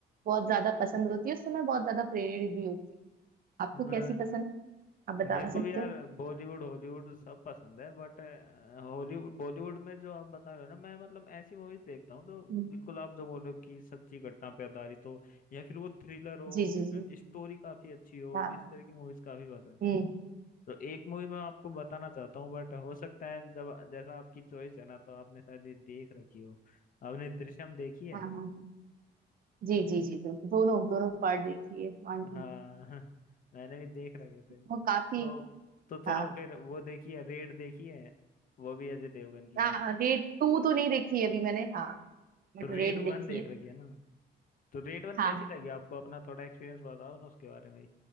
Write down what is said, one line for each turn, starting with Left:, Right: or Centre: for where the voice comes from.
Right: बहुत ज्यादा पसंद होती है उससे मैं बहुत ज्यादा प्रेरित भी होती हूँ आपको
Left: हाँ,
Right: कैसी पसंद आप बता
Left: मेरे को
Right: सकते
Left: भी यार
Right: हो
Left: बॉलीवुड हॉलीवुड सब पसंद है बट हॉलीवुड बॉलीवुड में जो आप बता रहे हो ना मैं मतलब ऐसी मूवीज देखता हूँ तो
Right: हम्म,
Left: बिल्कुल आप जो बोलो कि सच्ची घटना पे आधारित हो या फिर वो थ्रिलर हो
Right: जी जी जी
Left: स्टोरी काफी अच्छी हो
Right: हाँ
Left: इस तरह की मूवीज काफी पसंद
Right: हम्म
Left: है तो एक मूवी मैं आपको बताना चाहता हूँ बट हो सकता है जब जैसा आपकी चॉइस है ना तो आपने शायद ये देख रखी हो आपने दृश्यम देखी है
Right: हाँ हाँ हाँ। जी जी जी बिल्कुल दोनों दोनों पार्ट देखिए वन टू
Left: हाँ <laughs> मैंने भी देख रखे थे तो
Right: वो काफी
Left: तो चलो
Right: हाँ
Left: फिर वो देखिए रेड देखिए वो भी अजय देवगन की
Right: हाँ
Left: है
Right: रेड टू तो नहीं देखी है अभी मैंने हाँ बट
Left: तो
Right: रेड
Left: रेड
Right: देखी
Left: वन देख
Right: है
Left: रखी है ना तो रेड वन
Right: हाँ
Left: कैसी
Right: हाँ
Left: लगी आपको अपना थोड़ा एक्सपीरियंस बताओ ना उसके बारे में